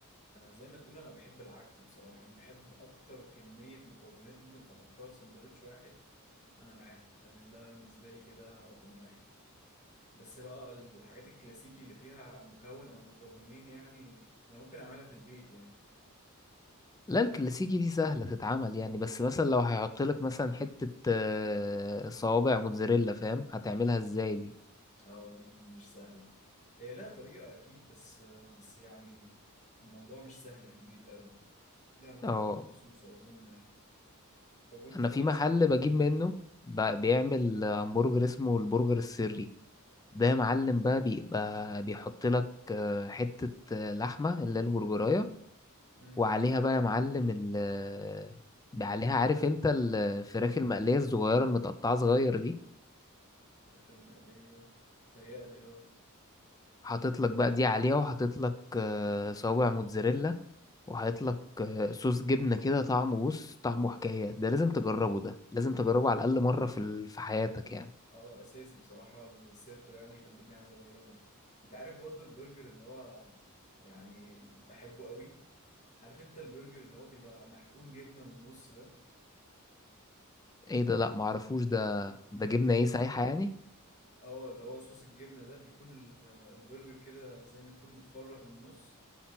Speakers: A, on the left; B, on the left.
A: انا زي ما تقول انا بحب العك بصراحه يعني بحب اكتر كميه مكونات ممكن تحطها في سندوتش واحد انا معاك فاهم ده بالنسبه لي كده رقم واحد بس بقى الحاجات الكلاسيكي اللي فيها مكون او مكونين يعني انا ممكن اعملها في البيت يعني
B: لا الكلاسيكي دي سهلة تتعمل يعني بس مثلا لو هيحط لك مثلا حتة آه، صوابع موتزاريلا فاهم هتعملها ازاي دي
A: اه دي دي مش سهله هي لها طريقه اكيد بس بس يعني الموضوع مش سهل في البيت قوي لها مكونات
B: اه
A: مخصوصه اظن يعني. طب وانت
B: انا
A: مالكش
B: في محل
A: بقى
B: بجيب منه ب- بيعمل همبرجر اسمه البرجر السري ده يا معلم بقى بيبقى بيحط لك آه، حتة آه، لحمة اللي هي البرجراية
A: امم
B: وعليها بقى يا معلم ال آه، عليها عارف انت الفراخ المقلية الصغيرة المتقطعة صغير دي
A: الفراخ المقليه تهيألي اه
B: حاطط لك بقى دي عليها وحاطط لك آه، صوابع موتزاريلا وحاطط لك آه، صوص جبنة كده طعمه بص طعمه حكاية ده لازم تجربه ده لازم تجربه على الأقل مرة في ال- في حياتك يعني
A: اه اساسي بصراحه السيرتو يعني خلتني عايز اجربه انت عارف برضو البرجر اللي هو يعني بحبه قوي عارف انت البرجر اللي هو بيبقى محقون جبنه من النص ده
B: ايه ده لا معرفوش ده ده
A: بيكون
B: جبنة ايه سايحة يعني
A: اه اللي هو صوص الجبنه ده بيكون ال- البرجر كده زي ما يكون متفرغ من النص